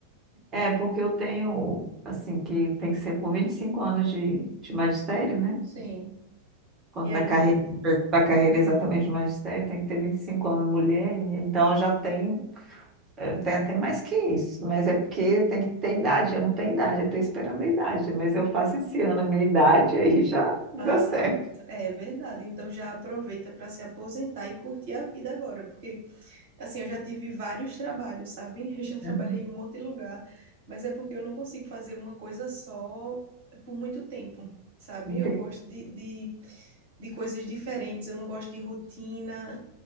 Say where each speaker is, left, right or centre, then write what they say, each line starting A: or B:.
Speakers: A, on the right; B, on the right.
A: é porque eu tenho, assim, que tem que ser com 25 anos de, de magistério, né?
B: Sim.
A: quanto
B: E
A: da
B: aí
A: carreira,
B: tu.
A: da carreira exatamente de magistério, tem que ter vinte e cinco anos mulher, e então eu já tenho, eu tenho até mais que isso, mas é porque tem que ter idade, eu não tenho idade, eu estou esperando a idade, mas eu faço esse ano a minha idade, aí já dá
B: Ah,
A: certo.
B: ent- é verdade. Então já aproveita para se aposentar e curtir a vida agora, porque Assim, eu já tive vários trabalhos, sabe? <laughs> Eu já trabalhei
A: né?
B: em um monte de lugar, mas é porque eu não consigo fazer uma coisa só por muito tempo, sabe?
A: Entendi.
B: Eu gosto de, de, de coisas diferentes, eu não gosto de rotina.